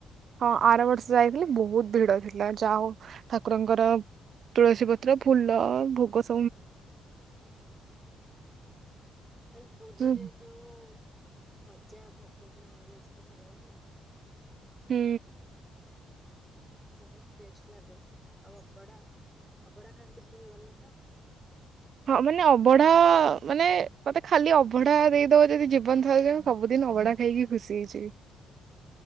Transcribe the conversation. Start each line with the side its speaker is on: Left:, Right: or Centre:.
Right: ହଁ ଆର ବର୍ଷ ଯାଇଥିଲି ବହୁତ ଭିଡ ଥିଲା ଯା ହଉ ଠାକୁରଙ୍କର ତୁଳସୀ ପତ୍ର ଫୁଲ ଭୋଗ ସ
Centre: ଆଛା ଏ ପୁରି
Right: ହୁଁ
Centre: ରେ ଯୋଉ ଖଜା ଭୋଗ ଯୋଉ ମିଳେ ସେଟା ଭଲ ଲାଗେନି।
Right: ହୁଁ।
Centre: ବହୁତ ଟେଷ୍ଟ ଲାଗେ ଆଉ ଅବଢ଼ା ଅବଢ଼ା ଖାଆନ୍ତି ପୁରୀ ଗଲେ ତ।
Right: ହଁ ମାନେ ଅବଢା ମାନେ ମତେ ଖାଲି ଅବଢା ଦେଇଦବ ଯଦି ଜୀବନ ଧଥର ଯ ସବୁଦିନ ଅଭଡା ଖାଇକି ଖୁସି ହେଇଜିବି।